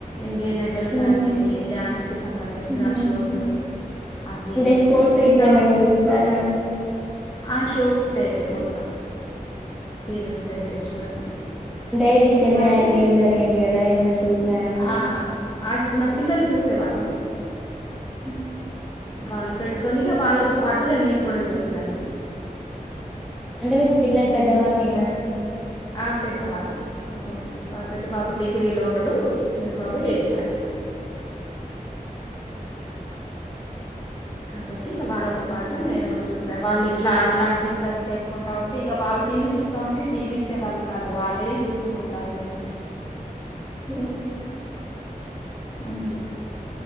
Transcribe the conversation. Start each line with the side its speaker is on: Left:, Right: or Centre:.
Left: ఇండియన్ ఐడల్
Centre: మ్మ్.
Left: కానీ అండి డాన్స్ కి సంబంధించిన
Centre: మ్మ్.
Left: షోస్ అవి
Centre: అంటే స్పోర్ట్స్ గిట్ల
Left: ఇంకా
Centre: ఏమైనా చేస్తారా
Left: ఆ షోస్ టైపే మొత్తం సీరియల్స్ అవేవి చూడను
Centre: అంటే రీసెంట్
Left: ఎక్కువయితే
Centre: గా ఐపీఎల్ జరిగింది కదా ఏమైనా చూసారా అని
Left: ఆ నా పిల్లలు చూసే వాళ్ళలు
Centre: ఉ
Left: వాళ్ళు పెట్టుకొని ఇగ వాళ్ళతో పాటుగా నేను కూడా చూసేదాన్ని
Centre: అంటే మీ పిల్లలు పెద్దవాళ్ళు మీకు
Left: ఆ పెద్దవాళ్ళే ఒక పెద్ద బాబు డిగ్రీ డిగ్రీ లో ఉన్నాడు చిన్న బాబు ఎయిత్ క్లాస్ కాబట్టి వాళ్ళతో పాటు నేను కూడా చూసాను వాళ్ళు ఇట్లా అట్లా డిస్కస్ చేసుకుంటా ఉంటే ఇక వాళ్ళ టీవీ చూస్తా ఉంటే టీవీ ఇచ్చే వాళ్ళు కాదు వాళ్ళయే చూసుకుంటు ఉండాలి నీను
Centre: ఉ
Left: ఉమ్.